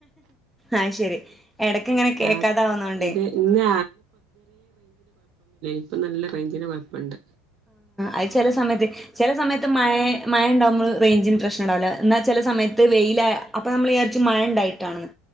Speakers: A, in the centre; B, on the right.
A: ആ ശരി എടക്ക ഇങ്ങനെ കേക്കാതാവുന്നോണ്ടേ
B: ആഹ് ഇത് ഇന്ന് ഇപ്പം നല്ല റേഞ്ചിന് കുഴപ്പമുണ്ട്
A: അത് ചില സമയത്ത് ചില സമയത്ത് മഴ മഴ ഉണ്ടാവുമ്പൾ റേഞ്ചിന് പ്രശ്നം ഉണ്ടാവില്ല എന്നാൽ ചില സമയത്ത് വെയില അപ്പോൾ നമ്മൾ വിചാരിച്ച് മഴ ഉണ്ടായിട്ടാണെന്ന്